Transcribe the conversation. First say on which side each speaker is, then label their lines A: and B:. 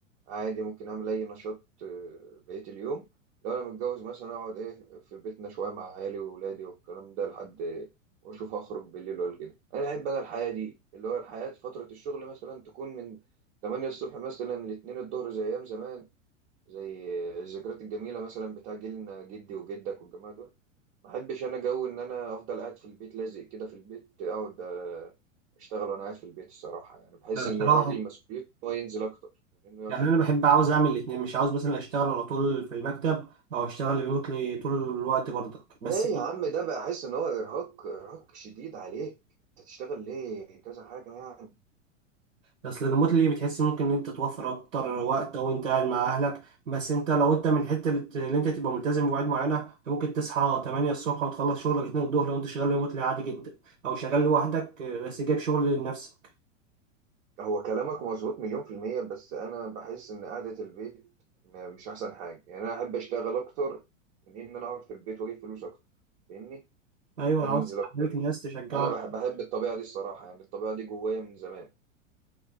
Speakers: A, on the right; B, on the right.
A: عادي ممكن اعمل اي نشاط آه، بقيه اليوم لو انا متجوز مثلا اقعد ايه في بيتنا شويه مع عيالي واولادي والكلام ده لحد واشوف هخرج بالليل ولا كده انا احب انا الحياه دي اللي هو الحياه في فتره الشغل مثلا تكون من 8 الصبح مثلا ل 2 الظهر زي ايام زمان زي الذكريات الجميله مثلا بتاع جيلنا جدي وجدك والجماعه دول ما بحبش انا جو ان انا افضل قاعد في البيت لازق كده في البيت اقعد آه، اشتغل وانا قاعد في البيت الصراحه يعني بحس
B: أنا
A: ان
B: بصراحه
A: الراجل مسؤوليته ان هو ينزل اكتر من انه يقعد
B: يعني
A: في
B: انا
A: البيت
B: بحب عاوز اعمل الاثنين مش عاوز مثلا اشتغل على طول في المكتب او اشتغل ريموتلي طول الوقت برضك بس
A: ليه يا عم ده بقى احس ان هو ارهاق ارهاق شديد عليك انت تشتغل ليه كذا حاجه يعني
B: بس الريموتلي بتحس ممكن ان انت توفر اكتر وقت او انت قاعد مع اهلك بس انت لو انت من حته اللي انت تبقى ملتزم بمواعيد معينه أنت ممكن تصحى 8 الصبح وتخلص شغلك 2 الظهر لو انت شغال ريموتلي عادي جدا او شغال لوحدك بس جايب شغل لنفسك
A: هو كلامك مظبوط مليون في الميه بس انا بحس ان قعده البيت م- مش احسن حاجه يعني انا احب اشتغل اكتر من ان انا اقعد في البيت واجيب فلوس اكتر فاهمني
B: ايوه
A: ان انا
B: عاوز
A: انزل
B: تخليك
A: اكتر يعني.
B: ناس تشجعك
A: انا بحب بحب الطبيعه دي الصراحه يعني الطبيعه دي جوايا من زمان